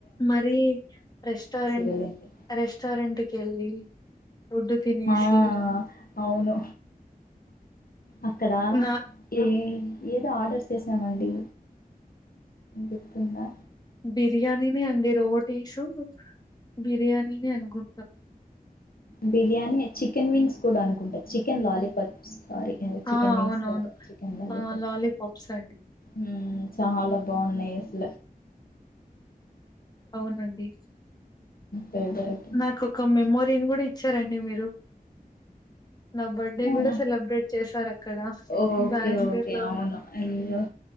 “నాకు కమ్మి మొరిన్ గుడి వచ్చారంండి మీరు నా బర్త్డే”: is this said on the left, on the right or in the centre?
Left